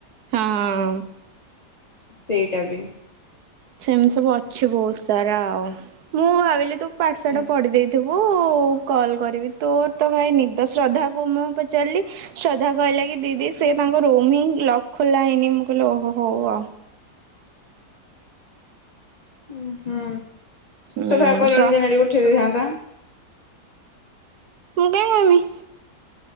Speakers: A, on the right; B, on the left.
A: ହଁ।
B: ସେଇଟା ବି
A: ସେମିତି ସବୁ ଅଛି ବହୁତ ସାରା ଆଉ ମୁଁ ଭାବିଲି ତୁ ପାଠଶାଠ
B: ହଁ।
A: ପଢି ଦେଇେଇଥିବୁ। ଗୁ କଲ କରିବି ତୋର ତ କାଇଁ ନିଦ ଶ୍ରଦ୍ଧା କ ମୁଁ ପଚାରିଲି ଶ୍ରଦ୍ଧା କହିଲ କି ଦିଦି ସେ ତାଙ୍କ ରୁମ୍ ହିଁ ଲକ୍ ଖୋଲା ହେଇନି ମୁଁ କହିଲି ଓହୋ ହୋଉ।
B: ଉ ହୁଁ
A: ହୁଁ
B: ସଖା କରୁନି
A: ଶ୍ର
B: ଯେନ ଉଠେଇ ଦେଇଥାନ୍ତା।
A: ମୁ କାଇଁ କହିବି।